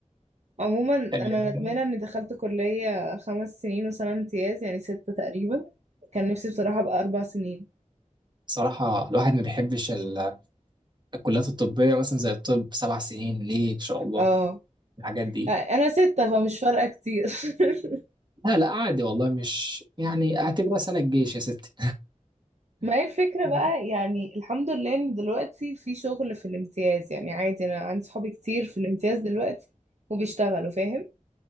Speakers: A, on the right (about 60°); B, on the right (about 35°).
A: عموما
B: ال-
A: انا ندمانه اني دخلت كليه خمس سنين وسنه امتياز يعني ستة تقريبا كان نفسي بصراحه ابقى اربع سنين
B: صراحة الواحد ما بيحبش ال- الكليات الطبية مثلا زي الطب سبع سنين ليه إن شاء الله
A: اه
B: الحاجات دي
A: انا ستة فمش فارقه كتير <laughs>
B: لا لا عادي والله مش يعني اعتبرها سنة الجيش يا ستي
A: ما هي الفكره
B: <laughs>
A: بقى يعني الحمد لله ان دلوقتي في شغل في الامتياز يعني عادي انا عندي صحابي كتير في الامتياز دلوقتي وبيشتغلوا فاهم